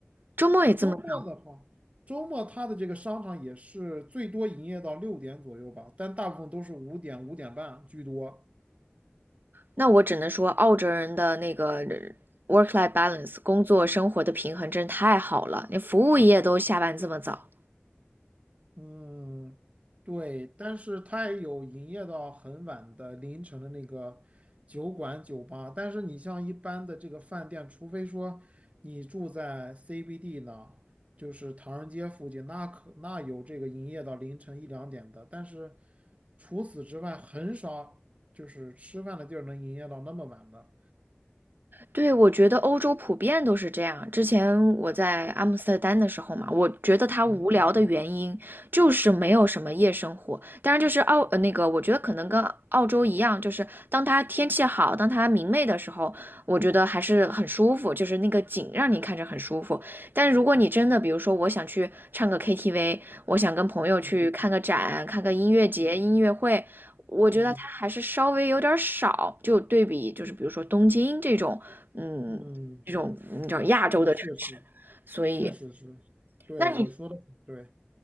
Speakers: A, on the right (about 55°); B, on the right (about 35°).
A: 周末也这么早？
B: 周末的话，周末它的这个商场也是最多营业到六点左右吧，但大部分都是五点、五点半居多。
A: 那我只能说，澳洲人的那个 work-life balance 工作生活的平衡真是太好了，连服务业都下班这么早。
B: 嗯，对，但是它也有营业到很晚的凌晨的那个酒馆、酒吧。但是你像一般的这个饭店，除非说你住在 CBD 呢，就是唐人街附近，那可那有这个营业到凌晨一两点的。但是除此之外，很少就是吃饭的地儿能营业到那么晚的。
A: 对，我觉得欧洲普遍都是这样。之前我在阿姆斯特丹的时候嘛，我觉得它无聊的原因就是没有什么夜生活。
B: 嗯
A: 当然，就是澳，呃，那个，我觉得可能跟澳洲一样，就是当它天气好、当它明媚的时候，我觉得还是很舒服，就是那个景让你看着很舒服。但如果你真的，比如说我想去唱个 KTV，我想跟朋友去看个展、
B: 嗯
A: 看个音乐节、音乐会，我觉得它还是稍微有点儿少，
B: 嗯
A: 就对比就是比如说东京这种嗯，
B: 嗯，嗯，
A: 这种你知道亚洲的城市，
B: 那确实
A: 所以
B: 确实是，对你说的很对。
A: 那你